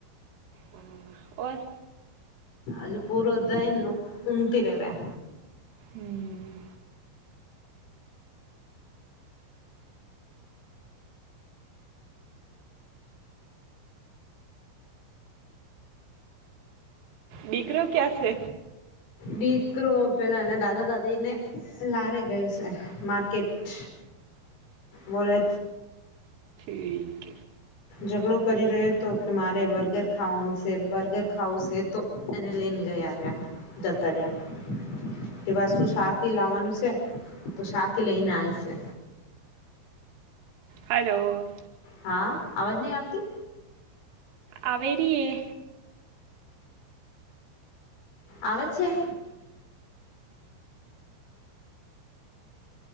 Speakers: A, on the right; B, on the left.
A: હા ઓર.
B: હજો પૂરો દયન ઊગતી રેવા
A: હમ. દીકરો ક્યાં છે.
B: દીકરો પેલા દાદા દાદીને લારે ગયો છે માર્કેટ બોલે.
A: એકક.
B: ઝઘડો કરી રહ્યો તો કે મારે બર્ગર ખાવુ છે, બર્ગર ખાવું છે, તો એને લઈને ગયા જતા રીયા કેવા શું શાકી લાવવાનું છે, તો શાકી લઈને આય છે.
A: હાલો.
B: હા અવાજ નય આવતી
A: આવે રી એે
B: આવે છેે.